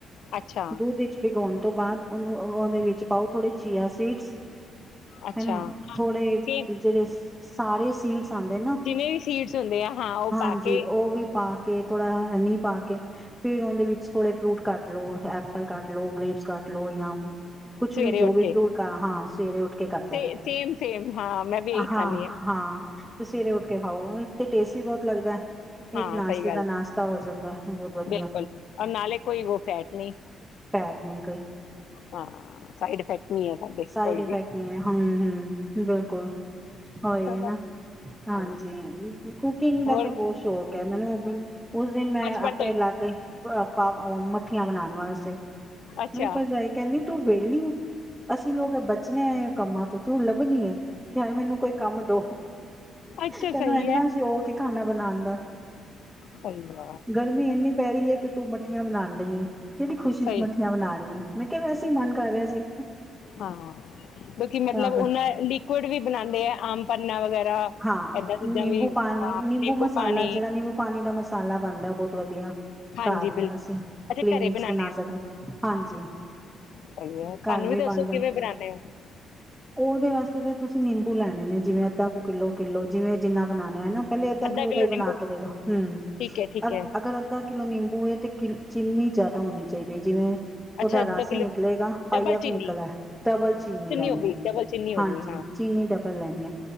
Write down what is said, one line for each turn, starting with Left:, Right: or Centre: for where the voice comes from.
Left: ਅੱਛਾ
Centre: ਦੁੱਧ ਵਿੱਚ ਭਿਗਾਉਣ ਤੋਂ ਬਾਅਦ-' ਉਹਨ ਉਹਦੇ ਵਿੱਚ ਪਾਓ ਥੋੜੇ ਚੀਆ ਸੀਡਸ,
Left: ਅੱਛਾ
Centre: ਹਨਾ, ਥੋੜੇ
Left: ਸੇਮ
Centre: ਜਿਹੜੇ ਸਾਰੇ ਸੀਡਸ ਆਉਂਦੇ ਨਾ
Left: ਜਿੰਨੇ ਵੀ ਸੀਡਸ ਹੁੰਦੇ ਆ ਹਾਂ ਉਹ
Centre: ਹਾਂਜੀ
Left: ਪਾ ਕੇ
Centre: ਉਹ ਵੀ ਪਾ ਕੇ ਥੋੜ੍ਹਾ ਨੀਹ ਪਾ ਕੇ ਫੇਿਰ ਉਹਦੇ ਵਿੱਚ ਥੋੜੇ ਫਰੂਟ ਕੱਟ ਲੋੋ ਐਪਲ ਕੱਟ ਲੋੋ ਗ੍ਰੇਪਸ ਕੱਟ ਲੋ ਜਾਂ ਕੁਛ
Left: ਸਵੇਰੇ
Centre: ਵੀ ਜੋ
Left: ਉੱਠ
Centre: ਵੀ ਫੂਲਕਾ
Left: ਕੇ
Centre: ਹਾਂ ਸਵੇਰੇ ਉੱਠ ਕੱਟੋ
Left: ਸੇ ਸੇਮ ਸੇਮ ਹਾਂ ਮੈਂ ਵੀ ਇਹੀ
Centre: ਹਾਂ
Left: ਖਾਂਦੀ
Centre: ਹਾਂ ਤੇ ਸਵੇਰੇ ਉੱਠ ਕੇ ਖਾਓ। ਉਹ ਤੇ ਟੇਸਟ ਵੀ ਬਹੁਤ ਲੱਗਦਾ।
Left: ਹਾਂ
Centre: ਇੱਕ ਨਾਸ਼ਤੇ
Left: ਸਹੀ ਗੱਲ
Centre: ਦਾ ਨਾਸ਼ਤਾ ਹੋ ਜਾਂਦਾ ਬਹੁਤ ਵਧੀਆ
Left: ਬਿਲਕੁਲ ਰ ਨਾਲੇ ਕੋਈ ਵ ਫੈਟ ਨਹੀਂ
Centre: ਫੈਟ ਨਹੀਂ ਕੋਈ
Left: ਹਾਂ ਸਾਈਡ ਇਫੈਕਟ ਨਹੀਂ ਹੈ। ਸਾਡੇ
Centre: ਸਾਈਡ
Left: ਕੋਈ
Centre: ਇਫੈਕਟ
Left: ਵੀ
Centre: ਨਹੀਂ ਹੈ, ਹੂੰ-ਹੂੰ, ਬਿਲਕੁਲ ਹੋਹੀ
Left: ਸਾਡਾ
Centre: ਹੈ, ਨਾ ਹਾਂਜੀ
Left: ਹਾਂ
Centre: ਕੁਕਿੰਗ ਦਾ
Left: ਹੋਰ
Centre: ਤੇ ਬਹੁਤ ਸ਼ੌਕ ਮੈਨੂੰ, ਉਸ ਦਿਨ ਮੈਂ
Left: ਬਚਪਨ ਤੋਂ ਹੀ
Centre: ਲੱਗ ਗਈ ਆਪ ਮੱਠੀਆਂ ਬਣਾਉਣ ਵਾਸਤੇ
Left: ਅੱਛਾ
Centre: ਮੇਰੀ ਭਰਜਾਈ ਕਹਿੰਦੀ ਤੂੰ ਇ <unintelligible> ਅਸੀਂ ਲੋਕ ਬਚਣੇ ਆ ਕੰਮਾਂ ਤੋਂ ਤੂੰ ਲੱਭਣੀ ਹੈ ਕਿ ਹਏ ਮੈਨੂੰ ਕੋਈ ਕੰਮ ਦੋ
Left: ਅੱਛਾ
Centre: ਤੈਨੂੰ
Left: ਸਹੀ
Centre: ਇੰਨਾ
Left: ਹੈ
Centre: ਸੀ। ਖਾਣਾ ਬਣਾਉਣ ਦਾ,
Left: ਸਹੀ ਆ।
Centre: ਗਰਮੀ ਇੰਨੀ ਪੈ ਰਹੀ ਏ ਤੇ ਤੂੰ ਮੱਠੀਆਂ ਬਣਾਣ ਡਈ ਐ। ਕਿਹੜੀ ਖੁਸ਼ੀ
Left: ਸਹੀ
Centre: ਚ ਮੱਠੀਆਂ ਬਣਾ ਰਹੀਆਂ। ਮੈਂ ਕਿਹਾ- ਵੈਸੇ ਹੀ ਮਨ ਕਰ ਰਿਹਾ ਸੀ।
Left: ਹਾਂ। ਕਿਉਕਿ
Centre: ਤਾਂ
Left: ਮਤਲਬ
Centre: ਕਰ
Left: ਉਹਨਾਂ ਲਿਕੁਡ ਵੀ ਬਣਾਉਂਦੇ ਆ। ਆਮ <inaudible>
Centre: ਹਾਂ।
Left: ਐਦਾਂ ਚੀਜ਼ਾਂ
Centre: ਨਿੰਬੂ
Left: ਵੀ
Centre: ਪਾਣੀ,
Left: ਹਾਂ
Centre: ਨਿੰਬੂ ਮਸਾਲਾ
Left: ਪਾਣੀ
Centre: ਜਿਹੜਾ ਨਿੰਬੂ ਪਾਣੀ ਦਾ ਮਸਾਲਾ ਬਣਦਾ। ਬਹੁਤ ਵਧੀਆ
Left: ਹਾਂਜੀ
Centre: ਘਰ ਹੀ
Left: ਬਿਲਕੁਲ
Centre: ਅਸੀਂ
Left: ਅੱਛਾ
Centre: ਪ੍ਰੇਮਿਕਸ
Left: ਘਰੇ ਬਣਾਉਂਦੇ
Centre: ਬਣਾ
Left: ਹੋ
Centre: ਸਕਦੇ। ਹਾਂਜੀ,
Left: ਸਹੀ ਹੈ ਸਾਨੂੰ
Centre: ਘਰ ਵੀ
Left: ਦੱਸੋ
Centre: ਬਣ ਜਾਣਾ।
Left: ਕਿਵੇਂ ਬਣਾਉਂਦੇ ਹੋ
Centre: ਉਹਦੇ ਵਾਸਤੇ <inaudible> ਨਿੰਬੂ ਲੈਣੇ ਨੇ ਜਿਵੇਂ <inaudible> ਕਿੱਲੋ- ਕਿੱਲੋ ਜਿਵੇਂ ਜਿੰਨਾ ਬਣਾਣੇ ਇਹ ਨਾ ਪਹਿਲੇ ਅੱਧਾ ਕਿੱਲੋ
Left: ਕਿਲੋ
Centre: ਦਾ ਹੀ ਬਣਾ
Left: ਨਿੰਬੂ
Centre: ਕੇ ਦੇਗਾ। ਹਮ,
Left: ਠੀਕ ਹੈ ਠੀਕ
Centre: ਅ
Left: ਹੈ
Centre: ਅਗਰ ਅੱਧਾ ਕਿਲੋ ਨਿੰਬੂ ਹੋਏ ਤੇ ਕਿ ਚਿੰਨੀ ਜ਼ਿਆਦਾ ਹੋਣੀ ਚਾਹੀਦੀ ਏ। ਜਿਵੇਂ ਉਹਦਾ
Left: ਅੱਛਾ ਅੱਧਾ
Centre: ਰਸ
Left: ਕਿਲੋ
Centre: ਨਿਕਲੇਗਾ। ਪਾਈਆ
Left: ਡਬਲ ਚੀਨੀ
Centre: ਕੁ ਨਿਕਲ ਏ ਡਬਲ ਚੀਨੀ ਲੈਣੀ
Left: ਹੋ ਗਈ
Centre: ਆ।
Left: ਡਬਲ ਚੀਨੀ ਹੋ
Centre: ਹਾਂਜੀ,
Left: ਗਈ ਹਾਂ
Centre: ਚੀਨੀ ਡਬਲ ਲੈਣੀ ਏ।